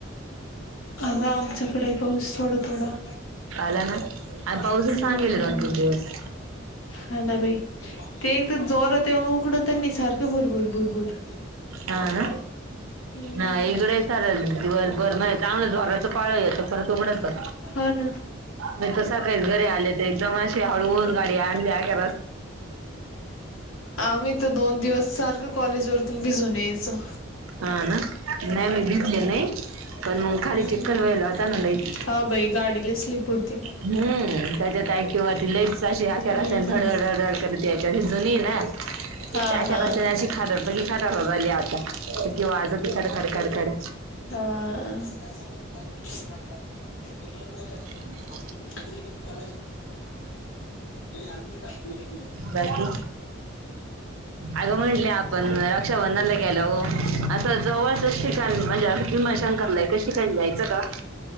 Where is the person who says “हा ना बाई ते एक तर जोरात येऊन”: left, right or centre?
Left